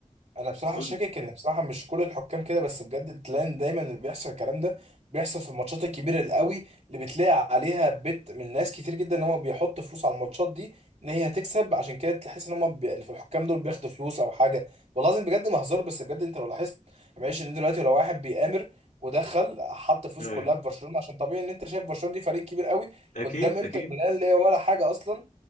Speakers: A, on the right; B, on the left.
A: انا بصراحه
B: قول
A: شاكك
B: لي
A: ان بصراحه مش كل الحكام كده بس بجد تلاقي دايما اللي بيحصل الكلام ده بيحصل في الماتشات الكبيره القوي اللي بتلاقي عليها بت من ناس كتير جدا ان هو بيحط فلوس على الماتشات دي ان هي هتكسب عشان كده تحس ان هم بي... اللي في الحكام دول بياخدوا فلوس او حاجه والله العظيم بجد ما هزار بس بجد انت لو لاحظت يعني معلش ان دلوقتي لو واحد بيآمر ودخل حط فلوس
B: ايوه
A: كلها في برشلونه عشان طبيعي ان انت شايف برشلونه دي فريق كبير قوي
B: اكيد
A: قدام انتر
B: اكيد
A: ميلان اللي هي ولا حاجه اصلا